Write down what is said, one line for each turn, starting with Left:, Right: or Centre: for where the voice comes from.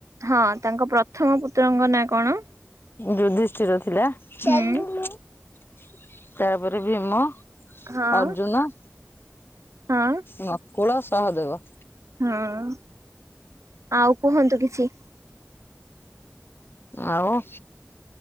Right: ହଁ ତାଙ୍କ ପ୍ରଥମ ପୁତ୍ରଙ୍କ ନାଁ କଣ?
Left: ଯୁଧିଷ୍ଠିର ଥିଲା ତାପରେ
Right: ହୁଁ
Left: ଭୀମ
Right: ହଁ
Left: ଅର୍ଜୁନ
Right: ହଁ।
Left: ନକୁଳ ସହ ଦେବ
Right: ହଁ ଆଉ କୁହନ୍ତୁ କିଛି
Left: ଆଉ